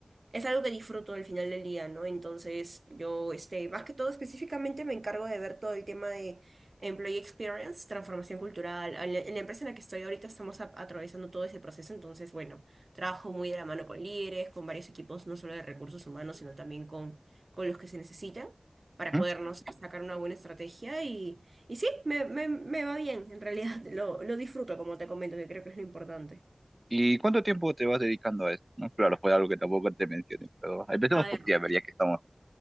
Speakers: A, on the right; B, on the right.
A: es algo que disfruto al final del día, ¿no? Entonces, yo, este, más que todo específicamente me encargo de ver todo el tema de employee experience, transformación cultural. En la en la empresa en la que estoy ahorita estamos a- atravesando todo ese proceso, entonces, bueno, trabajo muy de la mano con líderes, con varios equipos, no solo de recursos humanos, sino también con, con los que se necesitan para
B: Ujú.
A: podernos sacar una buena estrategia y, y sí, me, me, me va bien, en realidad <laughs> lo, lo disfruto, como te comento, que creo que es lo importante.
B: ¿Y cuánto tiempo te vas dedicando a esto? ¿No? Claro, fue algo que tampoco te mencioné, pero empecemos
A: A
B: por
A: ver.
B: ti, a ver, ya que estamos.